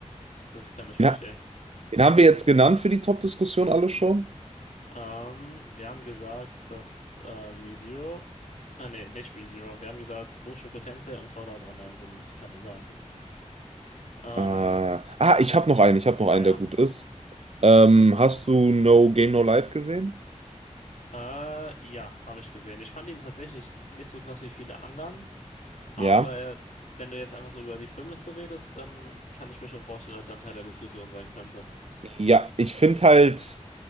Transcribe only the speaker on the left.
das kann ich verstehen.
Ähm, wir haben gesagt, dass äh, ReZero, ah nee, nicht ReZero. Wir haben gesagt, Mushoku Tensei und Sword Art Online sind Kandidaten. Ähm,
ja.
Äh, ja, habe ich gesehen. Ich fand ihn tatsächlich nicht so krass wie viele anderen, aber
äh, wenn du jetzt einfach so über die Prämisse redest, dann kann ich mir schon vorstellen, dass er ein Teil der Diskussion sein könnte.